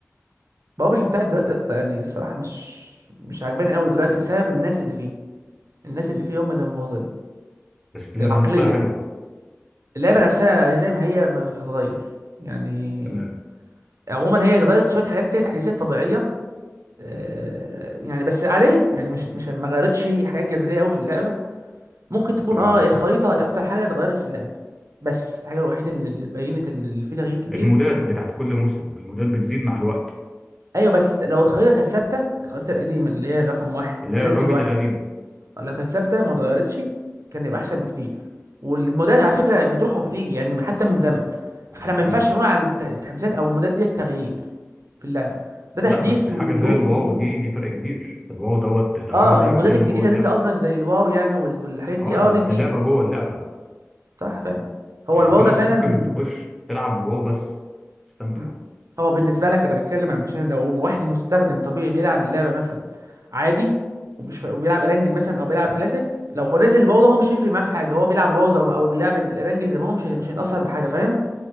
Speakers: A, on the right (about 80°); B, in the centre.
A: بابجي بتاعت دلوقتي يا اسطى يعني الصراحه مش مش عاجباني قوي دلوقتي بسبب الناس اللي فيه الناس اللي فيه هم اللي مبوظينها
B: بس اللعبه
A: العقليه
B: نفسها حلوه
A: اللعبه نفسها هي زي ما هي ما مش بتتغير يعني
B: تمام
A: عموما هي اتغيرت شويه حاجات كده تحديثات طبيعيه آه، يعني بس عاديه يعني مش مش ما غيرتش حاجات جذريه قوي في اللعبه ممكن تكون
B: تمام
A: اه الخريطة هي أكتر حاجة اتغيرت في اللعبة بس الحاجة الوحيدة اللي اللي بينت إن اللي في تغيير كبير
B: المودات بتاعت كل موسم المودات بتزيد مع الوقت
A: أيوة بس لو الخريطة كانت ثابتة الخريطة القديمة اللي هي رقم واحد
B: اللي
A: رينجل
B: هي الراجل
A: واحد
B: القديم
A: لو كانت ثابتة ما اتغيرتش كان يبقى أحسن بكتير والمودات على فكرة بتروح وبتيجي يعني حتى من زمن فاحنا
B: يعني
A: ما
B: تمام
A: ينفعش نقول على الت- التحديثات أو المودات دي تغيير في اللعبة ده تحديث
B: لا بس
A: وبيروح
B: حاجة زي الواو
A: وبيجي
B: دي دي فرق كبير الواو دوت ده
A: اه
B: عمل لعبة
A: المودات
B: تاني
A: الجديدة
B: جوه اللعبة
A: اللي انت قصدك زي الواو يعني وال- والحاجات دي
B: اه
A: اه
B: ده
A: دي
B: ده
A: جديدة
B: لعبة جوه اللعبة
A: صح فعلا هو
B: يعني
A: الواو
B: في
A: ده
B: ناس
A: فعلا
B: ممكن تخش تلعب واو بس تستمتع
A: مم. هو بالنسبه لك انا بتكلم عن مشان لو واحد مستخدم طبيعي بيلعب اللعبه مثلا عادي ومش ف... وبيلعب ارانجل مثلا او بيلعب كلاسيك لو هو نزل الواو ده هو مش هيفرق معاه في حاجه هو بيلعب الواو زي ما... او بيلعب الارانجل زي ما هو مش هي... مش هيتاثر بحاجه فاهم